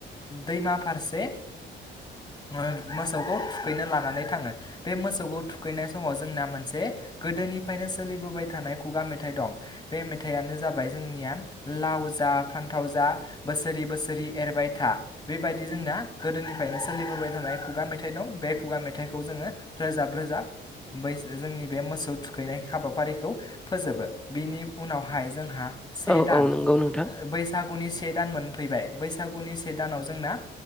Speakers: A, on the left (about 20°); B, in the centre.
A: दैमा फारसे ओ मोसौखौ थुखैनो लानानै थाङो बे मोसौखौ थुखैनाय समाव जोंना मोनसे गोदोनिफायनो सोलिबोबाय थानाय खुगा मेथाइ दं बे मेथाइयानो जाबाय जोंनिया लाव जा फान्थाव जा बोसोरि बोसोरि एरबाय था बेबायदि जोंना गोदोनिफायनो सोलिबोबाय थानाय खुगा मेथाइ दं। बे खुगा मेथाइखौ जोङो रोजाब रोजाब बै जोंनि बे मोसौ खौ थुखैनाय हाबाफारिखौ फोजोबो बिनि उनावहाय जोंहा से
B: औ
A: दान
B: औ नंगौ नोंथां
A: बैसागुनि से दान मोन। फैबाय बैसागुनि से दानाव जोंना